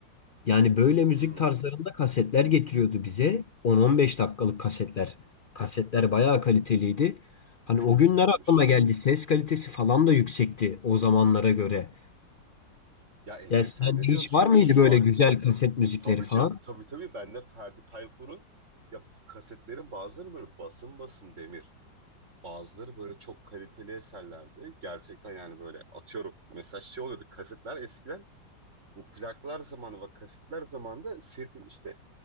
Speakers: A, on the left; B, on the right.
A: Yani böyle müzik
B: Hı,
A: tarzlarında kasetler getiriyordu bize. 10-15 dakikalık kasetler. Kasetler bayağı kaliteliydi. Hani
B: kültürlenmiş.
A: o günler aklıma geldi. Ses kalitesi falan da yüksekti o zamanlara göre.
B: Ya Emir
A: Ya sende
B: sen ne diyorsun
A: hiç var mıydı
B: şu
A: böyle
B: an?
A: güzel kaset müzikleri
B: Tabii
A: falan?
B: canım, tabii tabii ben de Ferdi Tayfur'un ya kasetlerin bazıları böyle basım basım demir. Bazıları böyle çok kaliteli eserlerdi. Gerçekten yani böyle atıyorum. Mesela şey oluyordu kasetler eskiden Bu plaklar zamanı ve kasetler zamanında sirtim işte.